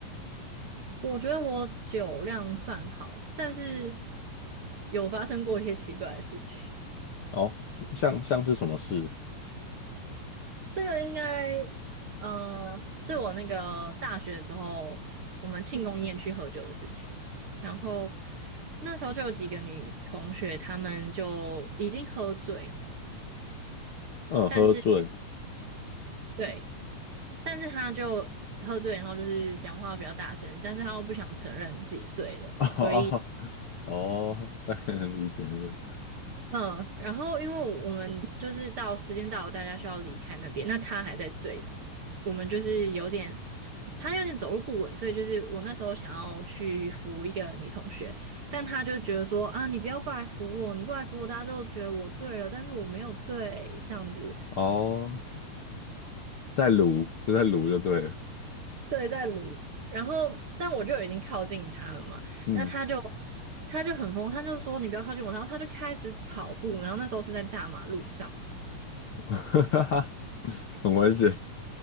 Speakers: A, on the right; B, on the left.
A: 我觉得我酒量算好，但是有发生过一些奇怪的事情。<laughs>
B: 哦，像像是什么事？
A: 这个应该，呃，是我那个大学的时候，我们庆功宴去喝酒的事情。然后那时候就有几个女同学，她们就已经喝醉了，
B: 嗯，
A: 但是
B: 喝醉。
A: 对，但是他就喝醉，然后就是讲话比较大声，但是他又不想承认自己醉了，
B: <laughs>
A: 所以
B: 哦哦，大概能理解那个。
A: 嗯，然后因为我们就是到时间到了，大家需要离开那边，那他还在醉，我们就是有点他有点走路不稳，所以就是我那时候想要去扶一个女同学，但他就觉得说啊，你不要过来扶我，你过来扶我，大家就觉得我醉了，但是我没有醉这样子，
B: 哦，在撸就在撸就对了。
A: 对，在撸。然后，但我就已经靠近他了嘛，
B: 嗯，
A: 那他就他就很疯，他就说你不要靠近我，然后他就开始跑步，然后那时候是在大马路上，
B: <laughs> 很危险。